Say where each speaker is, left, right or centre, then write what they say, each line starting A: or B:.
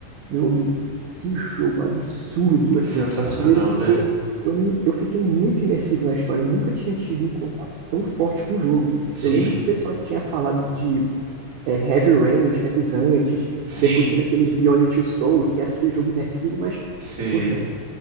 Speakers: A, on the right; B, on the right.
A: meu amigo, que jogo absurdo foi.
B: Sensacional,
A: Primeiro porque
B: né?
A: eu, me, eu fiquei muito imersivo na história. Eu nunca tinha tido um contato tão forte com o jogo.
B: Sim.
A: Eu lembro que o pessoal tinha falado de é, Heavy Rain uns tempos antes.
B: Sim,
A: Depois teve aquele Beyond Two Souls, que era aquele jogo imersivo, mas,
B: sei.
A: poxa,